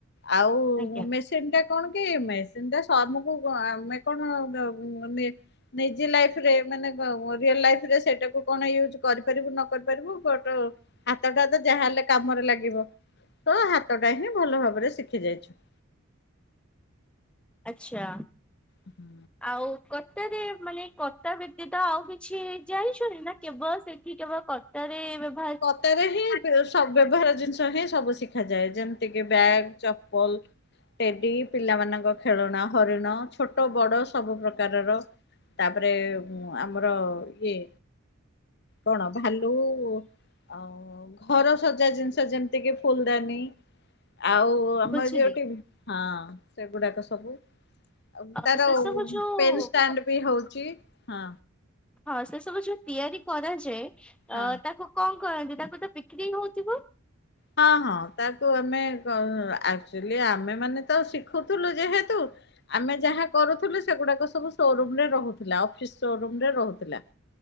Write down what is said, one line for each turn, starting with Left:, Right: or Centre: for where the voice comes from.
Left: ଆଉ
Centre: ଆଜ୍ଞା
Left: ମେସ ସିନ ଟା କଣ କି ମେସିନ ଟା ସର୍ମକୁ ଆମେ କଣ ଗ ମାନେ। ନିଜି ଲାଇଫ ରେ ମାନେ କଁ ରିଅଲ ଲାଇଫ ରେ ସେଇଟାକୁ କଣ ୟୁଜ କରିପାରିବୁ ନ କରିପାରିବୁ। ଟୋ ହାତଟା ତ ଯାହା ହେଲେ କାମରେ ଲାଗିବ। ତ ହାତଟା ହିଁ ଭଲ ଭାବରେ ଶିଖି ଯାଇଛୁ।
Centre: ଆଚ୍ଛା।
Left: ହୁଁ।
Centre: ଆଉ କତାରେ ମାନେ କତା ବ୍ୟତିତ ଆଉ କିଛି ଜାଣିଛନ୍ତି ନା କେବଳ ସେଠି କେବଳ କତା। ହାତରେ ବେବ୍
Left: କତାରେ ହିଁ ବେ ସବୁ। ବ୍ୟବହାର ଜିନିଷ ହିଁ ସବୁ ଶିଖାଯାଏ ଯେମିତିକି ବ୍ୟାଗ ଚପଲ। ଟେଡି ପିଲା ମାନଙ୍କ ଖେଳଣା ହରିଣ ଛୋଟ ବଡ ସବୁ ପ୍ରକାରର। ତାପରେ ଆମର ଇଏ କଣ ଭାଲୁ। ଆଉ ଘର ସଜା ଜିନିଷ ଯେମିତିକି ଫୁଲଦାନୀ ଆଉ। ଓ ଆମ
Centre: ବୁଝିଲି।
Left: ଏରିଆ ଟିମ୍ ହଁ ସେଗୁଡାକ ସବୁ। ଆଉ
Centre: ଅ
Left: ତାର
Centre: ସେ
Left: ଉଁ
Centre: ସବୁ ଯୋଉ
Left: ପେନ ଷ୍ଟାଣ୍ଡ ବି ହଉଛି ହଁ।
Centre: ହଁ ସେ ସବୁ ଯୋଉ ତିଆରି କରାଯାଏ ଅ
Left: ହଁ
Centre: ତାକୁ। କଣ କରନ୍ତି ତାକୁ ତ ବିକ୍ରି ହଉଥିବ।
Left: ହଁ ହଁ ତାକୁ ଆମେ କ ଆକ୍ଚୁଲି ଆମେ ମାନେ ତ ଶିଖୁଥିଲୁ ଯେହେତୁ। ଆମେ ଯାହା କରୁଥିଲୁ ସେଗୁଡାକ ସବୁ ସୋରୁମରେ ରହୁଥିଲା ଅଫିସ ସୋରୁମ ରେ ରହୁଥିଲା।